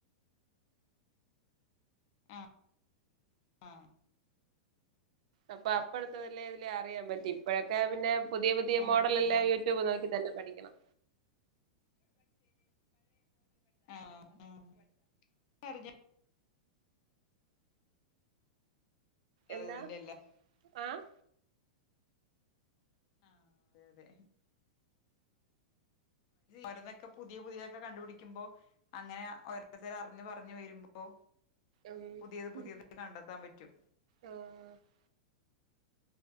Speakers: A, on the left; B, on the right.
A: ആ ആ
B: അപ്പൊ അപ്പോഴത്തെ വല്ല ഇതില് അറിയാൻ പറ്റി ഇപ്പോഴ ഒക്കെ പിന്നെ പുതിയ പുതിയ
A: ആഹ്
B: മോഡൽ എല്ലാം യൂട്യൂബ് നോക്കി തന്നെ പഠിക്കണം
A: പഠിച്ച പഴയ മോഡൽ ആ ആ ഇപ്പ
B: എന്താ
A: ഇതിന്റെ എല്ലാം
B: ആഹ്
A: ആ അതെ അതെ ഓരോന്നൊക്കെ പുതിയ പുതിയൊക്കെ കണ്ടുപിടിക്ക്പോ അങ്ങനെ ഓരോരുത്തർ അറിഞ്ഞഞ് പറഞ്ഞഞ് വരുമ്പോ
B: ഉം
A: പുതിയത് പുതിയത് കണ്ടെത്താൻ പറ്റും
B: ആഹ്